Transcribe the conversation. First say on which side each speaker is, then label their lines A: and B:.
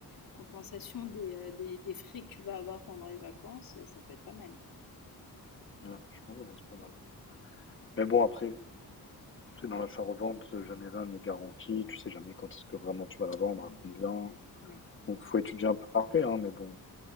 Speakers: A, on the left; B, on the left.
A: compensation des, euh, des, des frais que tu vas avoir pendant les vacances, euh, ça peut être pas mal.
B: Ouais, franchement, ouais, c'est pas mal. Mais bon, après, tu sais, dans l'achat-revente, jamais rien n'est garanti. Tu sais jamais quand est-ce que vraiment tu vas la vendre,
A: Oui,
B: à combien.
A: ouais, ouais, ouais.
B: Donc, faut étudier un peu après, hein, mais bon.